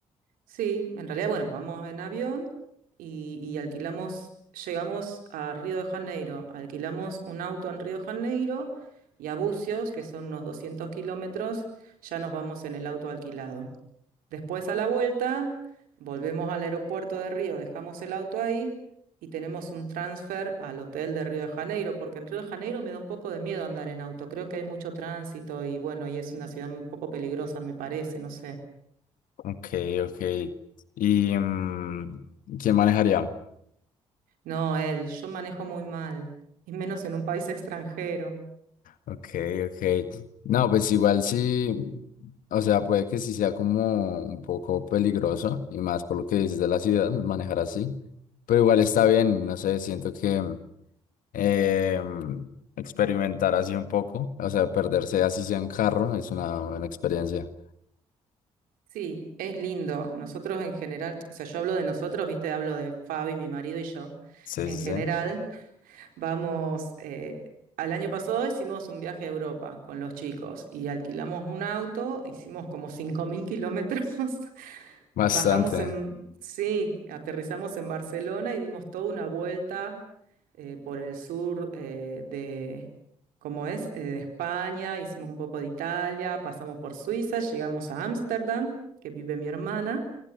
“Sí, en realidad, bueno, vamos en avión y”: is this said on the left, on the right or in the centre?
Right